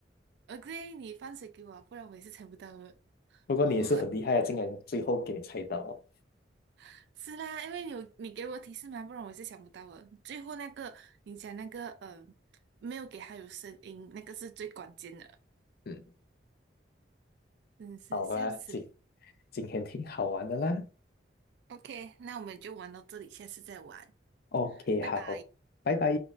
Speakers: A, on the right (about 65°); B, on the left (about 55°).
A: o k 你放水给我啊，不然我也是猜不到的。
B: 不过你也是很厉害啊，
A: 哦，
B: 竟然最后给你猜到哦。
A: <laughs> 是啦，因为你有你给我提示嘛，不然我是想不到的。最后那个你讲那个，呃，没有给他有声音，那个是最关键的，
B: 嗯，
A: 真的是笑死了。
B: 好啊，今今天挺好玩的啦。
A: OK，那我们就玩到这里，下次再玩，
B: OK，
A: 拜拜。
B: 好，拜拜。